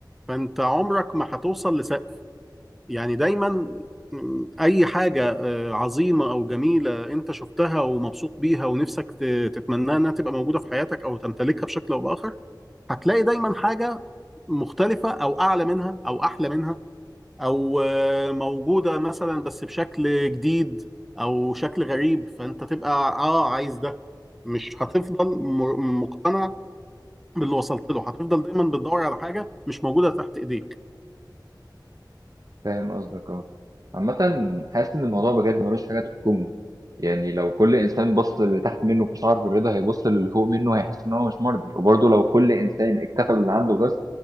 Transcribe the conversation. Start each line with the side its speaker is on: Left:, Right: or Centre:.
Centre: فانت عمرك ما هتوصل لسقف يعني دايما اي حاجه آه، عظيمه او جميله انت شفتها ومبسوط بيها ونفسك ت- تتمناها انها تبقى موجوده في حياتك او تمتلكها بشكل او باخر هتلاقي دايما حاجه مختلفه او اعلى منها او احلى منها او آه، موجوده مثلا بس بشكل جديد او شكل غريب فانت تبقى اه عايز ده مش هتفضل م- مقتنع باللي وصلت له هتفضل دايما بتدور على حاجه مش موجوده تحت ايديك
Right: فاهم قصدك اه عامة حاسس إن الموضوع بجد ملوش حاجة تحكمه يعني لو كل إنسان بص للي تحت منه في شعر بالرضا هيبص للي فوق منه هيحس إن هو مش مرضي وبرضه لو كل إنسان اكتفى باللي عنده بس